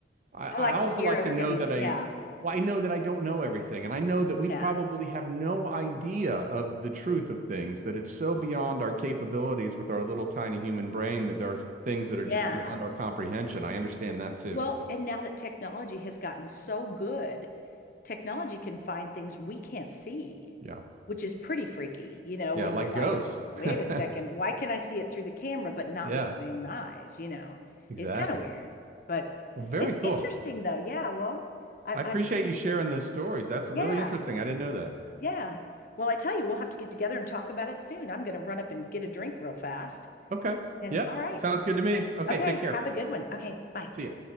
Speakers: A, on the right; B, on the left.
A: I,
B: I
A: I
B: like
A: also
B: to hear
A: like
B: everybody's
A: to know that
B: yeah.
A: I, well, I know that I don't know everything, and I know that we
B: Yeah.
A: probably have no idea of the truth of things, that it's so beyond our capabilities with our little tiny human brain that there are things that are
B: Yeah.
A: just beyond our comprehension. I understand that too.
B: Well,
A: So,
B: and now that technology has gotten so good, technology can find things we can't see,
A: yeah.
B: which is pretty freaky, you know,
A: Yeah,
B: when
A: like
B: you're Yeah. like,
A: ghosts.
B: Yeah. wait a second,
A: <laughs>
B: why can I see it through the camera but not
A: Yeah,
B: with my own eyes? You know,
A: exactly.
B: it's kind of weird, but
A: Well, very
B: it's
A: cool.
B: interesting though. Yeah, well, I,
A: I appreciate
B: I'm,
A: you sharing those stories. That's
B: yeah,
A: really interesting. I didn't know that.
B: yeah. Well, I tell you, we'll have to get together and talk about it soon. I'm going to run up and get a drink real fast.
A: Okay.
B: And
A: Yep.
B: all right.
A: Sounds good to me. Okay,
B: Okay,
A: take
B: Okay,
A: care.
B: take have a care. good one. Okay, bye.
A: See ya.